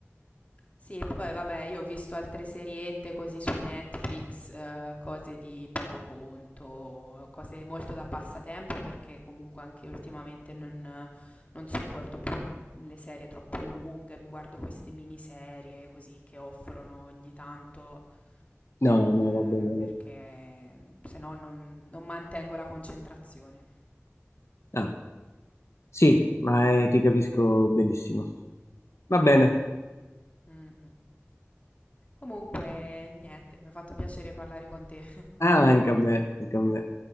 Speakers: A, on the left (about 30°); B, on the left (about 75°).
A: Sì, e poi vabbè, io ho visto altre seriette così su Netflix, eh, cose di poco conto, cose molto da passatempo perché comunque anche ultimamente non, non sopporto più le serie troppo lunghe, mi guardo queste miniserie così che offrono ogni tanto,
B: No,
A: eh,
B: no, va bene.
A: perché se no non, non mantengo la concentrazione.
B: Ah, sì, ma eh, ti capisco benissimo. Va bene.
A: Mm, mm. Comunque, niente, mi ha fatto piacere parlare con te.
B: Ah, anche a me, anche a me.